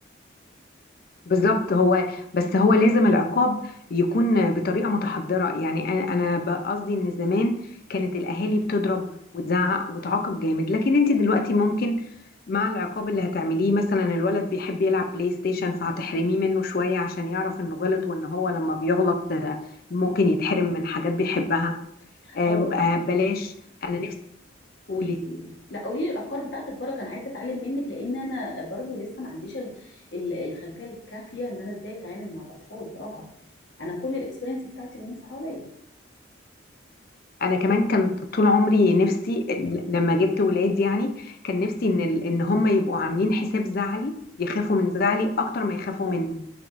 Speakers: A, on the left (about 50°); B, on the left (about 70°).
A: بالظبط هو بس هو لازم العقاب يكون بطريقه متحضره يعني انا أنا ب- قصدي ان زمان كانت الاهالي بتضرب وتزعق وتعاقب جامد لكن انت دلوقتي ممكن مع العقاب اللي هتعمليه مثلا الولد بيحب يلعب بلاي ستيشن فهتحرميه منه شوية عشان يعرف انه غلط وان هو لما بيغلط آه، ممكن يتحرم من حاجات بيحبها آم،
B: اه
A: آه، بلاش انا نفسي قولي
B: قولي لي قولي لي لا قولي لي الافكار بتاعتك برك انا عايزه اتعلم منك لان انا برضو لسه ما عنديش ال- ال- الخلفيه الكافيه ان انا ازاي اتعامل مع الاطفال صراحه انا كل الاكسبيرينس بتاعتي بالناس حواليا
A: انا كمان كانت طول عمري نفسي ال- لما جبت ولاد يعني كان نفسي ان ال- ان هم يبقوا عاملين حساب زعلي يخافوا من زعلي اكتر ما يخافوا مني